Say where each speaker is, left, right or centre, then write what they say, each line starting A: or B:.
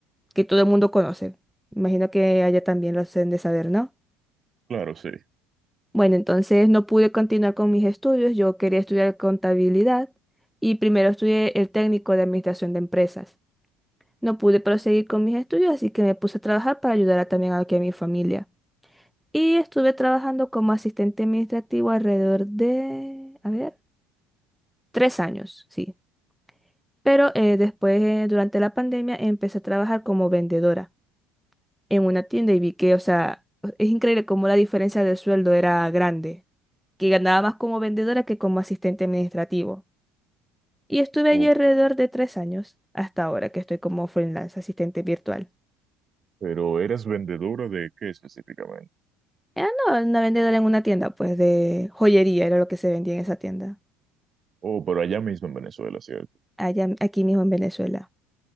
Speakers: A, in the centre; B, on the right (about 35°).
A: que todo el mundo conoce. Imagino que allá también lo hacen de saber, ¿no?
B: Claro, sí.
A: Bueno, entonces no pude continuar con mis estudios. Yo quería estudiar contabilidad y primero estudié el técnico de administración de empresas. No pude proseguir con mis estudios, así que me puse a trabajar para ayudar a- también aquí a mi familia. Y estuve trabajando como asistente administrativo alrededor de, a ver, tres años, sí. Pero eh, después, eh, durante la pandemia, empecé a trabajar como vendedora en una tienda y vi que, o sea, es increíble cómo la diferencia de sueldo era grande, que ganaba más como vendedora que como asistente administrativo. Y estuve
B: Ok.
A: allí alrededor de tres años, hasta ahora que estoy como freelance, asistente virtual.
B: Pero eras vendedora de qué específicamente?
A: Ah, no, una vendedora en una tienda, pues de joyería era lo que se vendía en esa tienda,
B: Oh, pero allá mismo en Venezuela, ¿cierto?
A: allá, aquí mismo en Venezuela.